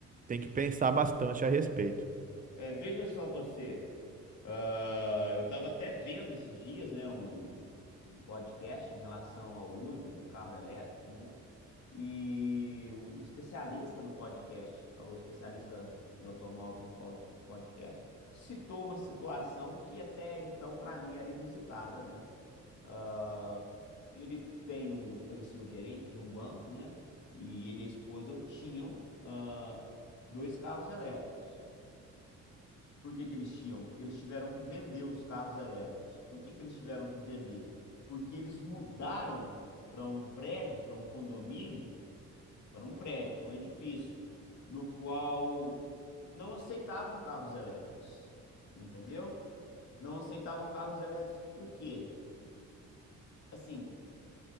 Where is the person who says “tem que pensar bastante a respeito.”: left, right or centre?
Right